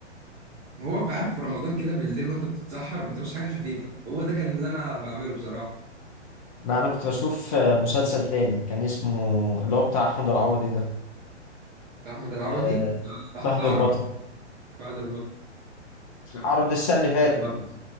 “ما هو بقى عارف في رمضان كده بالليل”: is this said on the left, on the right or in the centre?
Right